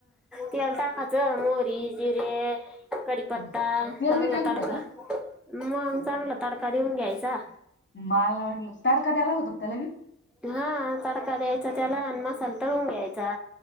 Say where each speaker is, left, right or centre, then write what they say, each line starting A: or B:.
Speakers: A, in the centre; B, on the left.
A: तेल टाकायचं, मोहरी, जिरे, कढिपत्ता,
B: हा तेल
A: चांगला
B: बी टाकीत्या
A: तडका,
B: का
A: मग चांगला तडका देऊन घ्यायचा.
B: मला वाटलं, तडका द्याया लागतो त्याला बी?
A: हा तडका द्यायचा त्याला आणि मसाला तळून घ्यायचा.